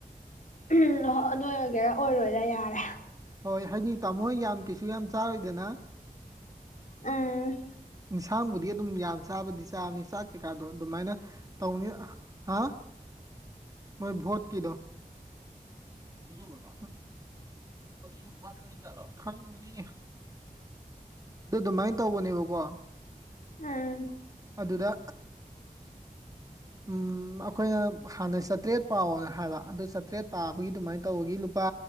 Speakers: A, on the left; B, on the right.
A: ꯎꯝ ꯍꯣ ꯑꯗꯨ ꯑꯣꯏꯒꯦꯔꯥ ꯑꯣꯏꯔꯣꯏꯔꯥ ꯌꯥꯔꯦ
B: ꯍꯣꯏ ꯍꯥꯏꯗꯤ ꯇꯥꯃꯣ ꯍꯣꯏ ꯌꯥꯝ ꯀꯩꯁꯨ ꯌꯥꯝ ꯆꯥꯔꯣꯏꯗꯅ
A: ꯎꯝ
B: ꯏꯟꯁꯥꯡꯕꯨꯗꯤ ꯑꯗꯨꯝ ꯌꯥꯝ ꯆꯥꯕꯗꯤ ꯆꯥꯕꯅꯦ ꯆꯥꯛ ꯀꯩꯀꯥꯗꯣ ꯑꯗꯨꯃꯥꯏꯅ ꯇꯧꯅꯤ ꯍꯥ ꯃꯣꯏ ꯚꯣꯠ ꯀꯤꯗꯣ <unintelligible> ꯑꯗꯨ ꯑꯗꯨꯃꯥꯏꯅ ꯇꯧꯕꯅꯦꯕꯀꯣ
A: ꯎꯝ
B: ꯑꯗꯨꯗ ꯎꯝ ꯑꯩꯈꯣꯏꯅ ꯍꯥꯟꯅ ꯆꯥꯇ꯭ꯔꯦꯠ ꯄꯥꯎꯅ ꯍꯥꯏꯕ ꯑꯗꯨ ꯆꯥꯇ꯭ꯔꯦꯠ ꯄꯥꯕꯒꯤ ꯑꯗꯨꯃꯥꯏꯅ ꯇꯧꯕꯒꯤ ꯂꯨꯄꯥ